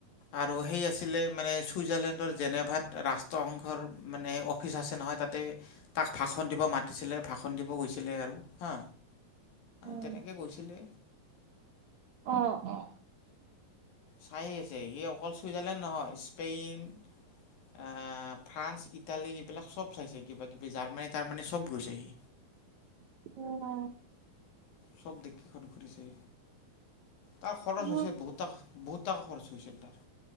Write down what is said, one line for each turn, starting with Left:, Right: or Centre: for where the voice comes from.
Left: আৰু সেই আছিলে মানে চুইজাৰলেণ্ডৰ জেনেভাত ৰাষ্ট্ৰসংঘৰ মানে অফিচ আছে ন নহয় তাতে তাক ভাষণ দিব মাতিছিলে ভাষণ দিব গৈছিলে আৰু হা।
Right: উম,
Left: তেনেকৈ গৈছিলে
Right: অ', অ',।
Left: চাই আছে সি অকল চুইজাৰলেণ্ড নহয় স্পেইন আহ, ফ্ৰান্স, ইটালী এইবিলাক চব চাইছে কিবা-কিবি জাৰ্মানী-টাৰ্মানী চব গৈছে সি।
Right: <unintelligible>
Left: চব দেশ কেইখন ঘুৰিছে তাৰ খৰচ
Right: ইউ
Left: হৈছে বহুতা-বহুত তাকা খৰচ হৈ হৈছিল তাৰ।